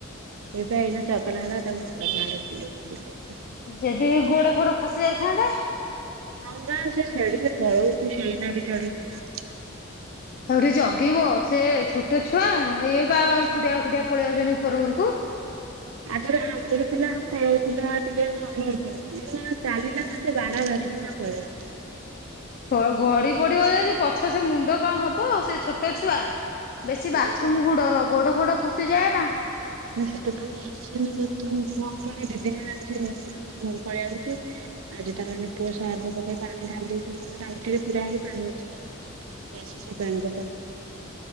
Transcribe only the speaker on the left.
ଯେଦି ଗୋଡ ଫୋଡ ଖସି ଯାଇଥାନ୍ତା?
ତାକୁ ଟିକେ ଜଗିବ ସେ ଛୋଟ ଛୁଆ ହେଇ ବା ଏକୁଟିଆ ଏକୁଟିଆ ପଳେଇ ଆଉଚନ୍ତି ଉପର ଘରକୁ।
ତ-ଗଡି ପଡିବ ଯଦି ପଛ ସେ ମୁଣ୍ଡ କଣ୍ ହବ ସେ ଛୋଟ ଛୁଆ। ବେଶୀ
ବାଥରୁମ୍
କୁ ଡର ଗୋଡ ଫୋଡ ଖସିଯାଏ ନା।